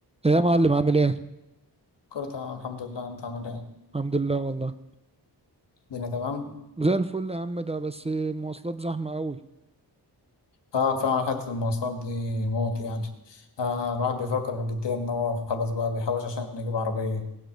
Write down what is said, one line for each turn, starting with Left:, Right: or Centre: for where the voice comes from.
Right: إيه يا معلم عامل ايه
Left: كله تمام الحمد لله انت عامل ايه
Right: الحمد لله والله
Left: الدنيا تمام
Right: زي الفل يا عم ده بس المواصلات زحمة قوي
Left: اه فعلا حتة المواصلات دي موت يعني آه الواحد بيفكر جديا ان هو خلاص بقى بيحوش عشان يجيب عربية